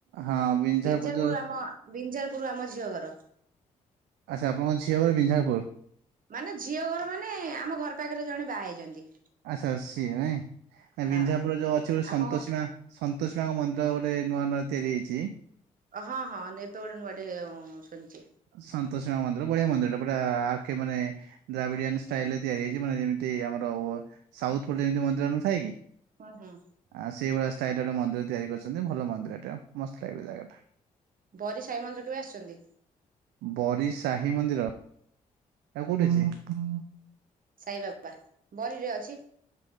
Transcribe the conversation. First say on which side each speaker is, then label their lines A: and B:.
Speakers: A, on the right (about 65°); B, on the right (about 50°).
A: ହଁ ବିଞ୍ଝାରପୁର
B: ବି୍ଜାରପୁର
A: ଯୋଉ
B: ଆମ ବିଞ୍ଜାରପୁର ଆମ ଝିଅ ଘର
A: ଆଛା ଆପଣଙ୍କ ଝଅରେ ବିଞ୍ଜପୁର
B: ମାନେ ଝିଅ ଘର ମାନେ ଆମ ଘର ପାଖରେ ଜଣେ ବାହା ହେଇଛନ୍ତି
A: ଆଚ୍ଛା ସିଏ ନାଇଁ
B: ହଁ
A: ବିଞ୍ଜାପୁର ଯୋଉ ଅଛି ଗୋଟେ
B: ଆମ
A: ସନ୍ତୋଷୀମା ସନ୍ତୋଷ ବାଙ୍କ ମନ୍ଦିର ଗୋଟେ ନୂଆ ନୂଆ ତିଆରି ହେଇଛି
B: ହଁ ହଁ ନି ଦୌଡଡେ ଶଛିେ
A: ସନ୍ତୋସି ମନ୍ଦିର ବଢିଆ ମନ୍ଦିରଟା ପୁରା ଆେ ମାନେ ଦ୍ରାବିଡିଆ ଷ୍ଟାଇଲ ତିଆରି ହେଇଛି ମାନେ ଯେମିତି ଆମର ସାଉଥ ଯେମିତି ମନ୍ଦିରଞନ ଥା କି
B: ହଁ ହଁ
A: ଆଁ ସେଇଭଳିଆ ଷ୍ଟାଇଲ ର ମନ୍ଦିର ତିଆରି କରିଛନ୍ତି ଭଲ ମନ୍ଦିର ଏଟା ମସ୍ତ ଲାଗିଲା ଜାଗା ଟା।
B: ବରି ସାଇ ମନ୍ଦିର କେବେ ଆସିଚନ୍ତି?
A: ବରି ସାହି ମନ୍ଦିର ହେରା କୋଉଠି ଅଛି?
B: ସାଇବାପା ବରିରେ ଅଛି।